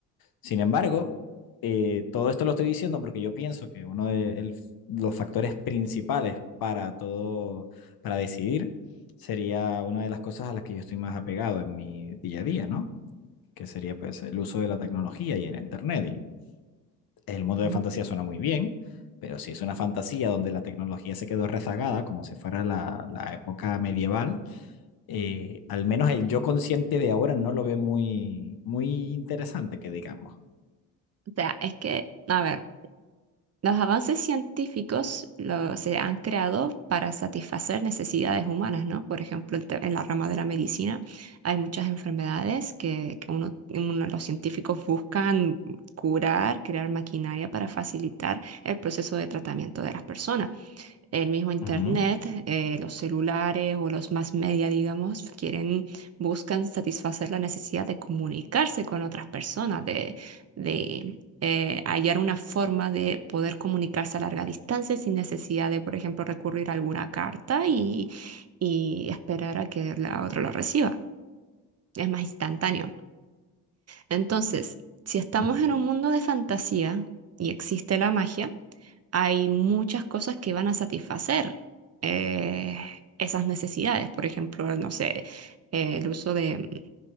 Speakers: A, on the left; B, on the right.
A: Sin embargo, eh, todo esto lo estoy diciendo porque yo pienso que uno de el- los factores principales para todo, para decidir, sería una de las cosas a las que yo estoy más apegado en mi día a día, ¿no? Que sería pues el uso de la tecnología y el internet. Y el mundo
B: ujú.
A: de fantasía suena muy bien, pero si es una fantasía donde la tecnología se quedó rezagada, como si fuera la, la época medieval, eh, al menos el yo consciente de ahora no lo ve muy, muy interesante, que digamos.
B: O sea, es que, a ver. Los avances científicos lo- se han creado para satisfacer necesidades humanas, ¿no? Por ejemplo, el te- en la rama de la medicina hay muchas enfermedades que, que uno, uno- los científicos buscan curar, crear maquinaria para facilitar el proceso de tratamiento de las personas el mismo internet,
A: Ujú,
B: eh, los celulares o los más media, digamos, quieren, buscan satisfacer la necesidad de comunicarse con otras personas, de, de eh, hallar una forma de poder comunicarse a larga distancia sin necesidad de, por ejemplo, recurrir a alguna carta y, y esperar a que la otra lo reciba. Es más instantáneo. Entonces, si estamos
A: ujú.
B: en un mundo de fantasía y existe la magia, hay muchas cosas que van a satisfacer eh, esas necesidades. Por ejemplo, no sé, eh, el uso de, mm,